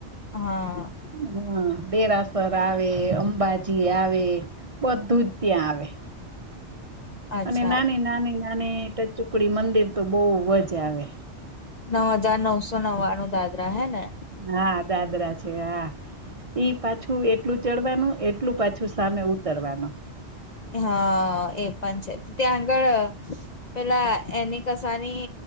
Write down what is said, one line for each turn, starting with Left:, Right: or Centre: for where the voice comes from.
Left: હા
Right: હા દેરાસર આવે, અંબાજી આવે બધું જ ત્યાં આવે.
Left: અચ્છા
Right: અને નાની, નાની, નાની ટચ્ચુકડી મંદિર તો બઉ જ આવે
Left: નવ હજાર નવસો ન્વાણું દાદરા હે ને?
Right: હા, દાદરા છેે હા. ઈ પાછું એટલું ચડવાનું એટલું પાછું સામે ઉતરવાનું
Left: હા એ પણ છે તો ત્યાં આગળ અ પેલા એની કસાની